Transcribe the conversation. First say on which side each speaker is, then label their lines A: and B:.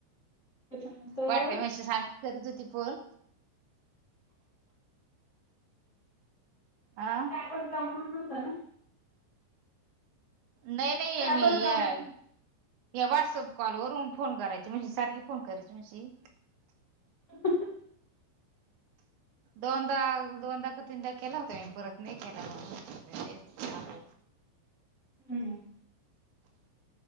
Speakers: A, on the left; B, on the right.
A: त्याच्यानंतर
B: पडतेय मेसेज सारखी करत होती फोल आह
A: होता ना
B: नाही नाही आहे
A: ऍपच
B: मी
A: डाउनलोड
B: या
A: नव्हता.
B: या व्हॉट्सअप कॉलवररून फोन करायची म्हणजे सारख फोन करायची म्हणजे
A: ह
B: दोनदा दोनदा का तीनदा केला होता मी परत नाही केला तेच
A: हम्म